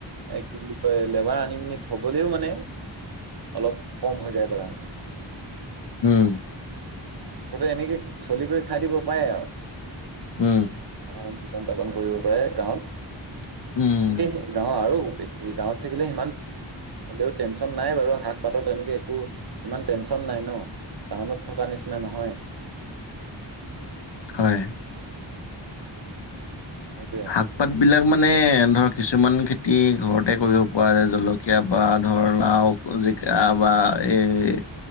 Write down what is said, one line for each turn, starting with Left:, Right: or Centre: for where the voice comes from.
Right: কি বুলি কয় লেবাৰ আনি পিনি থবলেও মানে অলপ কম হৈ যায় বাগানখন।
Left: উম।
Right: উম, মুঠতে এনেকে চলিগৈ খাই দিব পাৰে আও
Left: উম।
Right: সাধাৰণ জীৱন যাপন কৰিব পাৰে গাঁৱত তেনেকেই
Left: উম,
Right: গাঁৱ আৰু বেছি গাঁৱত থাকিলে সিমান হ'লেও টেনচন নাই বাৰু শাক পাতৰ তেনেকে একো ইমান টেনচন নাই ন। টাউনত থকা নিচিনা নহয়।
Left: হয়।
Right: <unintelligible> সেইটোৱে।
Left: শাক। পাতবিলাক মানে ধৰ কিছুমান খেতি ঘৰতে কৰিব পৰা যায় জলকীয়া বা ধৰ লাও জিকা বা এই